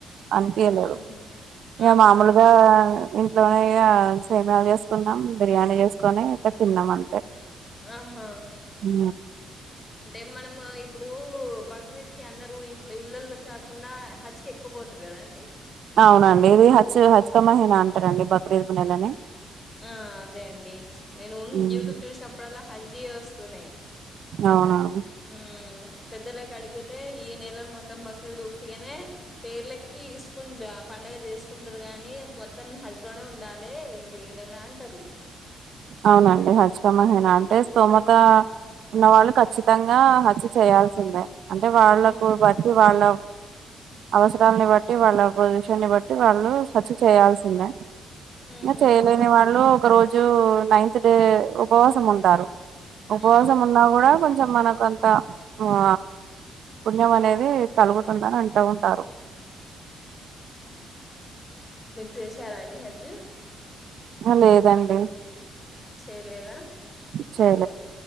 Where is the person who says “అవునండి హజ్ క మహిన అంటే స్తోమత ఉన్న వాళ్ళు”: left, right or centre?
Right